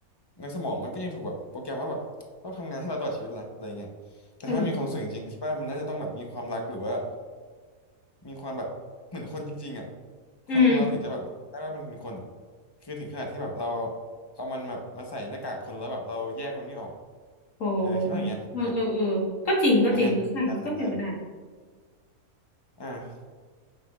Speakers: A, on the left (about 25°); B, on the left (about 60°).
A: ในสมองมันก็ยังถูกแบบโปรแกรมว่าแบบต้องทำงานให้เราตลอดชีวิตละอะไรเงี้ยแต่ถ้ามันมีความรู้สึกจริงๆก็คิดว่ามันน่าจะต้องแบบมีความรักหรือว่า
B: เออ
A: มีความแบบเหมือนคนจริงๆอ่ะคนเราถึงจะแบบได้ว่ามันเป็นคนอะ
B: อืม
A: คือถึงขนาดที่แบบเราเอามันแบบมาใส่หน้ากากคนแล้วแบบเราแยกมันไม่ออกอะ
B: โห
A: เออคิดว่าอย่างเงี้ยนะครับ
B: เออเออเออก็จริงก็จริงก็ใช่ก็เป็นไปได้
A: ทำงานการแทนได้อ่า